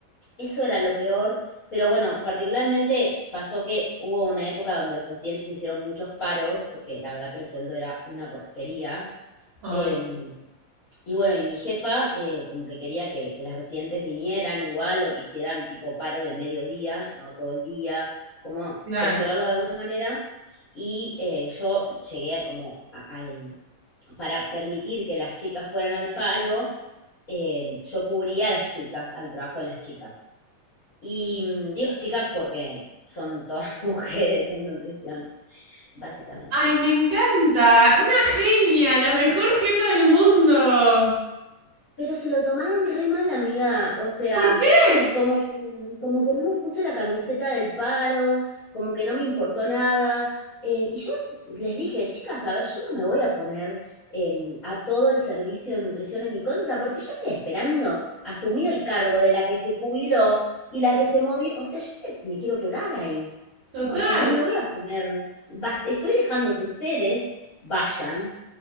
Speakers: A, on the left; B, on the right.
A: eso era lo peor. Pero bueno, particularmente pasó que hubo una época donde los residentes hicieron muchos paros, porque la verdad que el sueldo era una porquería.
B: ay,
A: em, y bueno, y mi jefa eh, como que quería que, que las residentes vinieran igual o que hicieran tipo paro de mediodía, no todo el día, como
B: claro.
A: gestionarlo de alguna manera. Y eh, yo llegué a como a- al, para permitir que las chicas fueran al paro, eh, yo cubría a las chicas, al trabajo de las chicas. Y mm, digo chicas porque son todas <laughs> mujeres en nutrición, básicamente.
B: Ay, me encanta. Una genia, la mejor jefa del mundo.
A: Pero se lo tomaron re mal, amiga. O sea,
B: ¿Por qué?
A: es como que, como que no me puse la camiseta del paro, como que no me importó nada. Eh, y yo les dije, chicas, a ver, yo no me voy a poner em, a todo el servicio de nutrición en mi contra, porque yo estoy esperando asumir el cargo de la que se jubiló y la que se movió. O sea, yo me me quiero quedar ahí.
B: Total.
A: O sea, no me voy a poner, bast- estoy dejando que ustedes vayan